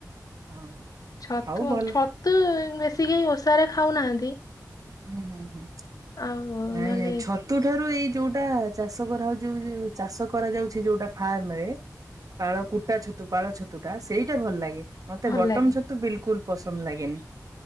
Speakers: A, on the right; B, on the left.
A: ହଁ
B: ଛତୁ
A: ହଉ ଭଲ
B: ଛତୁ ବେଶି କେହି ଓଷାରେ ଖାଉନାହାନ୍ତି।
A: ହୁଁ ହୁଁ ହୁଁ।
B: ଆଉ
A: ନାଇଁ
B: ନହେଲେ
A: ନାଇଁ ଛତୁ ଠାରୁ ଏଇ ଯୋଉଟା ଚାଷ କରାଉ ଯୋଉ ଯୋଉ ଚାଷ କରାଯାଉଛି ଯୋଉଟା ଫାର୍ମ ରେ ପାଳ କୁଟା ଛତୁ ପାଳ ଛତୁ ଟା ସେଇଟା ଭଲ ଲାଗେ। ମତେ
B: ଭଲ
A: ବଟମ
B: ଲାଗେ।
A: ଛତୁ ବିଲକୁଲ ପସନ୍ଦ ଲାଗେନି।